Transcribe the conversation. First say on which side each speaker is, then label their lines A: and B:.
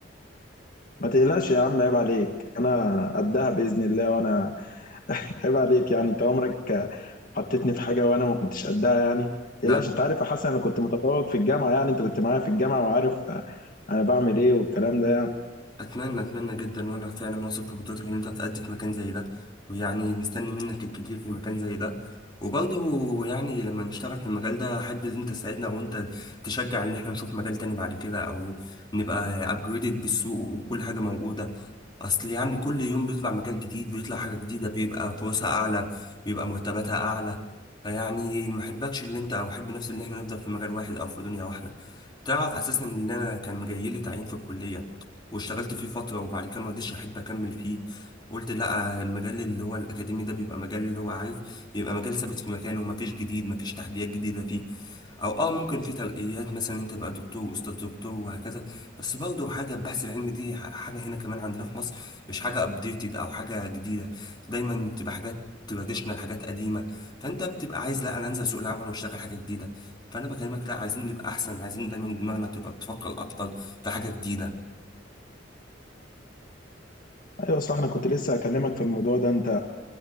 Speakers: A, on the left; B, on the left.
A: ما تقلقش يا عم عيب عليك انا قدها باذن الله وانا عيب عليك يعني انت عمرك حطيتني في حاجه وانا ما كنتش قدها يعني ما تقلقش
B: لا
A: انت عارف يا حسن انا كنت متفوق في الجامعه يعني انت كنت معايا في الجامعه وعارف انا بعمل ايه والكلام ده يعني
B: اتمنى اتمنى جدا وانا فعلا واثق في قدرتك ان انت هتأدي في مكان زي ده ويعني مستني منك الكتير في مكان زي ده وبرضه يعني لما نشتغل في المجال ده احب ان انت تساعدنا وانت تشجع ان احنا نشوف مجال تاني بعد كده او نبقى ابجريدد بالسوق وكل حاجه موجوده اصل يعني كل يوم بيطلع مجال جديد بيطلع حاجة جديدة بيبقى فرصها اعلى بيبقى مرتباتها اعلى فيعني ما احبكش اللي انت او احب نفسي ان احنا نفضل في مجال واحد او في دنيا واحدة تعرف اساسا ان انا كان جاي لي تعيين في الكلية واشتغلت فيه فترة وبعد كده ما رضيتش احب اكمل فيه قلت لا المجال اللي هو الاكاديمي ده بيبقى مجال اللي هو عارف بيبقى مجال ثابت في مكانه ومفيش جديد مفيش تحديات جديدة فيه او اه ممكن في ترقيات مثلا انت تبقى دكتور واستاذ دكتور وهكذا بس برضه حاجة البحث العلمي دي حاجة هنا كمان عندنا في مصر مش حاجة ابديتد او حاجة جديدة دايما بتبقى حاجات تراديشنال حاجات قديمة فانت بتبقى عايز لا انا انزل سوق العمل واشتغل حاجة جديدة فانا بكلمك لا عايزين نبقى احسن عايزين دايما دماغنا تبقى بتفكر اكتر في حاجة جديدة
A: ايوه صح انا كنت لسه اكلمك في الموضوع ده انت